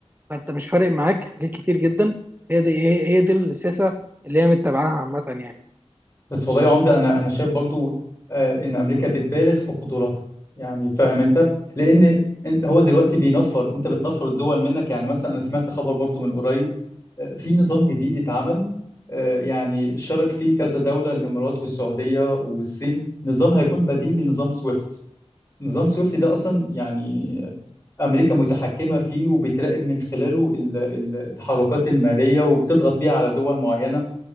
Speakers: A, on the right (about 15°); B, on the left (about 25°).
A: فانت مش فارق معاك حاجات كتير جدا هي دي هي هي دي السياسه اللي هي متبعاها عامه يعني
B: بس والله يا عمده انا انا شايف برضو آه، ان امريكا بتبالغ في قدراتها يعني فاهم انت لان انت هو دلوقتي بينفر انت بتنفر الدول منك يعني مثلا انا سمعت خبر برضو من قريب آه، في نظام جديد اتعمل آه، يعني شارك فيه كذا دوله الامارات والسعوديه والصين نظام هيكون بديل لنظام سويفت نظام سويفت ده اصلا يعني أمريكا متحكمة فيه وبتراقب من خلاله ال- ال- التحركات المالية وبتضغط بيها على دول معينة